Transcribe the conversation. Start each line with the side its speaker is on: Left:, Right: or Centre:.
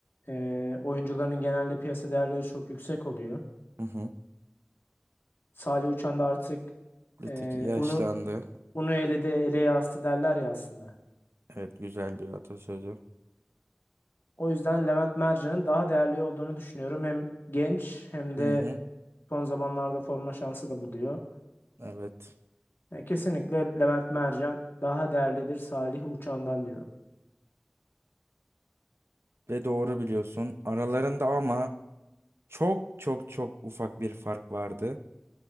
Left: e, oyuncularının genelde piyasa değerleri çok yüksek oluyor.
Right: Hı hı.
Left: Salih Uçan da artık
Right: Bir
Left: e,
Right: tık yaşlandı.
Left: unu unu eledi eleye astı derler ya aslında.
Right: Evet güzel bir atasözü.
Left: O yüzden Levent Mercan'ın daha değerli olduğunu düşünüyorum. Hem genç hem
Right: Hı
Left: de
Right: hı.
Left: son zamanlarda forma şansı da buluyor.
Right: Evet.
Left: Yani kesinlikle Levent Mercan daha değerlidir Salih Uçan'dan diyorum.
Right: Ve doğru biliyorsun. Aralarında ama çok çok çok ufak bir fark vardı.